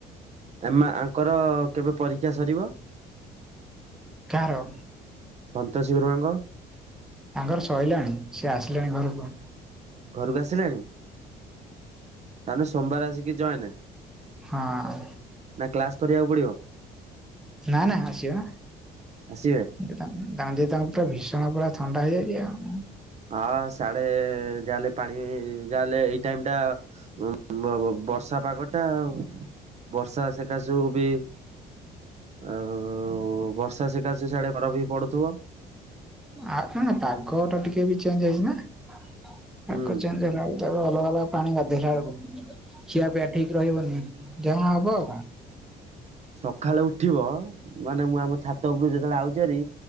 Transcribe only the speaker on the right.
ଏମ୍ ଆଙ୍କର କେବେ ପରୀକ୍ଷା ସରିବ?
ସନ୍ତୋଷ ଗରୁମାଙ୍କ।
ଘରକୁ ଆସିଲାଣି, ତାହେଲେ ସୋମବାର ଆସିକି ଜଏନେ।
ନା କ୍ଲାସ କରିବାକୁ ପଡିବ।
ଆସିବେ?
ହଁ ସାଡେ ଯାହାହେଲେ ପାଣି ଯାହାହେଲେ ଏଇ ଟାଇମି ଟା ଉ ବ ବର୍ଷା ପାଗ ଟା ଆଉ। ବର୍ଷା ସେକା ସୁ ବି। ଆଉ ବର୍ଷା ସିକାଶ ସାଢେ ବରଫ ବି ପଡୁଥିବ।
ହୁଁ।
ସକାଳେ ଉଠିବ ମାନେ ମୁଁ ଆମ ଛାତ ଉପରକୁ ଯେତେବେଳେ ଆଉଚି ଭାରି